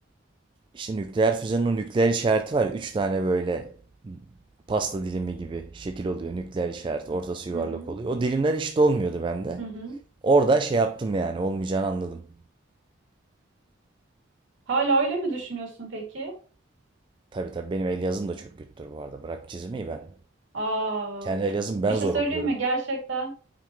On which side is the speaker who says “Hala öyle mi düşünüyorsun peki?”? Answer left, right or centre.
Right